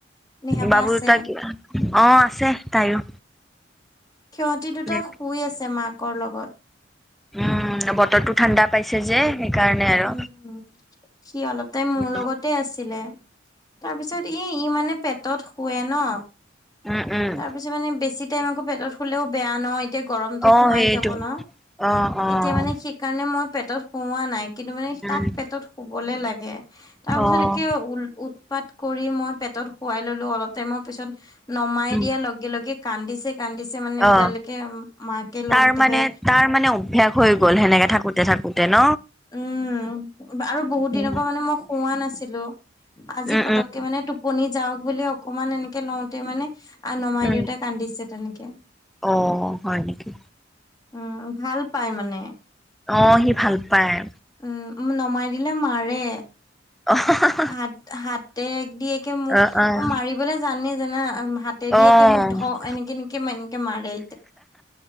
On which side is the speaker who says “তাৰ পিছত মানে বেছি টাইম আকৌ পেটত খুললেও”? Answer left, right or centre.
Left